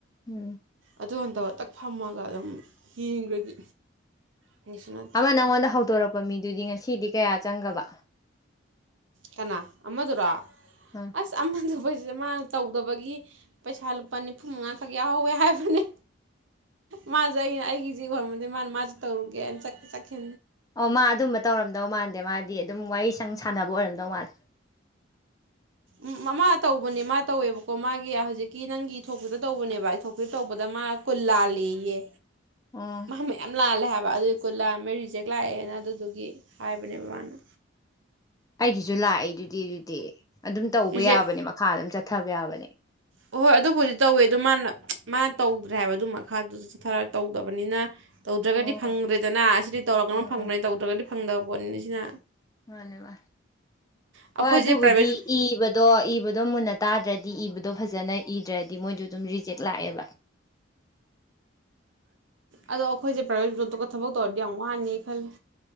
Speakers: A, on the left; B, on the right.
A: ꯎꯝ
B: ꯑꯗꯨ ꯅꯠꯇꯕ ꯇꯛ ꯐꯝꯃꯒ ꯑꯗꯨꯝ ꯌꯦꯡꯈ꯭ꯔꯗꯤ ꯀꯩꯁꯨ ꯅꯠꯇꯦ
A: ꯑꯃ ꯅꯪꯉꯣꯟꯗ ꯍꯧꯗꯣꯔꯛꯄ ꯃꯤꯗꯨꯗꯤ ꯉꯁꯤꯗꯤ ꯀꯌꯥ ꯆꯪꯒꯕ
B: ꯀꯅꯥ ꯑꯃꯗꯨꯔꯣ
A: ꯎꯝ
B: ꯑꯁ ꯑꯃꯗꯨ ꯑꯩꯁꯦ ꯃꯥꯅ ꯇꯧꯗꯕꯒꯤ ꯄꯩꯁꯥ ꯂꯨꯄꯥ ꯅꯤꯐꯨ ꯃꯉꯥꯈꯛ ꯌꯥꯎꯍꯧꯋꯦ ꯍꯥꯏꯕꯅꯦ ꯃꯥꯁꯦ ꯑꯩꯅ ꯑꯩꯒꯤꯁꯦ ꯈꯔꯃꯗ ꯃꯥꯅ ꯃꯥꯁꯨꯦ ꯇꯧꯔꯨꯒꯦꯅ ꯆꯠꯈꯤ
A: ꯑꯣ ꯃꯥ ꯑꯗꯨꯝꯕ ꯇꯧꯔꯝꯗꯧ ꯃꯥꯜꯗꯦ ꯃꯥꯗꯤ ꯑꯗꯨꯝ ꯋꯥꯔꯤ ꯁꯪ ꯁꯥꯟꯅꯕ ꯑꯣꯏꯔꯝꯗꯧ ꯃꯥꯜꯂꯦ
B: ꯎ ꯃꯥꯃꯥ ꯇꯧꯕꯅꯦ ꯃꯥ ꯇꯧꯋꯦꯕꯀꯣ ꯃꯥꯒꯤ ꯍꯧꯖꯤꯛꯀꯤ ꯅꯪꯒꯤ ꯏ ꯊꯣꯛꯣꯛꯄꯗ ꯇꯧꯕꯅꯦꯕ ꯑꯩꯄ ꯑꯗꯨ ꯇꯧꯕꯗ ꯃꯥ ꯍꯣ ꯂꯜꯂꯦꯌꯦ
A: ꯑꯣ
B: ꯃ ꯃꯌꯥꯝ ꯂꯥꯜꯂꯦ ꯍꯥꯏꯕ ꯑꯗꯨ ꯀꯨꯂ ꯔꯤꯖꯦꯛ ꯂꯥꯛꯑꯦꯅ ꯑꯗꯨꯗꯨꯒꯤ ꯍꯥꯏꯕꯅꯦꯕ ꯃꯥꯅ
A: ꯑꯩꯒꯤꯁꯨ ꯂꯥꯛꯏ ꯑꯗꯨꯗꯤ ꯑꯗꯨꯗꯤ ꯑꯗꯨꯝ ꯇꯧꯕ
B: ꯔꯤꯖꯦꯛ
A: ꯌꯥꯕꯅꯦ ꯃꯈꯥ ꯑꯗꯨꯝ ꯆꯠ ꯊꯕ ꯌꯥꯕꯅꯦ
B: ꯍꯍꯣꯏ ꯑꯗꯨꯕꯨꯗꯤ ꯇꯧꯋꯦ ꯑꯗꯨ ꯃꯥꯅ ꯃꯥꯅ ꯇꯧꯗ꯭ꯔꯦ ꯍꯥꯏꯕ ꯑꯗꯨ ꯃꯈꯥꯗꯨꯁꯨ ꯆꯠꯊꯔ ꯇꯧꯗꯕꯅꯤꯅ ꯇꯧꯗ꯭ꯔꯒꯗꯤ
A: ꯑꯣ
B: ꯐꯪꯗ꯭ꯔꯦꯗꯅ ꯑꯁꯤꯗꯤ ꯇꯧꯔꯒꯅ
A: ꯎꯝ
B: ꯐꯪꯕꯅꯦ
A: ꯎꯝ
B: ꯇꯧꯗ꯭ꯔꯒꯗꯤ ꯐꯪꯗꯕ ꯄꯣꯠꯅꯤꯅ ꯁꯤꯅ
A: ꯃꯥꯅꯦ ꯃꯥꯅꯤ
B: ꯑꯩꯈꯣꯏꯁꯦ
A: ꯍꯣꯏ ꯑꯗꯨꯕꯨꯗꯤ
B: ꯄ꯭ꯔꯥꯏꯚꯦꯠ
A: ꯏꯕꯗꯣ ꯏꯕꯗꯣ ꯃꯨꯟꯅ ꯇꯥꯗ꯭ꯔꯗꯤ ꯏꯕꯗ ꯑꯗꯣ ꯐꯖꯅ ꯏꯗ꯭ꯔꯗꯤ ꯃꯣꯏꯁꯨ ꯑꯗꯨꯝ ꯔꯤꯖꯦꯛ ꯂꯥꯛꯑꯦꯕ
B: ꯑꯗꯣ ꯑꯩꯈꯣꯏꯁꯦ ꯄ꯭ꯔꯥꯏꯚꯦꯠ ꯖꯣꯕꯇꯒ ꯊꯕꯛ ꯇꯧꯔꯗꯤ ꯌꯥꯝ ꯋꯥꯅꯤ ꯈꯜꯂꯦ